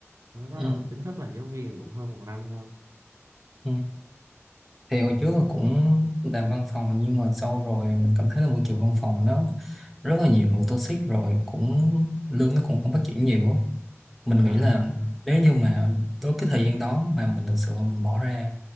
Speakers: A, on the right (about 85°); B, in the centre.
A: mới bắt
B: ừ.
A: đầu chính thức làm giáo viên thì cũng hơn một năm thôi
B: ừ. thì hồi trước là cũng làm văn phòng nhưng mà sau rồi mình cảm thấy là môi trường văn phòng nó rất là nhiều người toxic rồi cũng lương nó cũng không phát triển nhiều á. mình
A: à,
B: nghĩ là nếu như mà tới cái thời gian đó mà mình thực sự mình bỏ ra